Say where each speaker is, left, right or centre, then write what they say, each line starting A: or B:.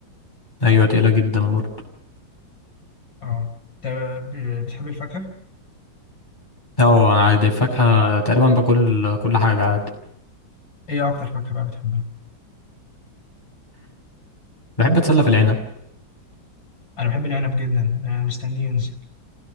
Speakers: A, on the left (about 20°); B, on the left (about 65°).
A: أيوة تقيلة جدا برضه
B: اه انت ب- بتحب الفاكهة؟
A: اه عادي فاكهة تقريبا باكل كل حاجة عادي
B: ايه اكتر فاكهة بقى بتحبها؟
A: بحب أتسلى في العنب
B: انا بحب العنب جدا انا مستنيه ينزل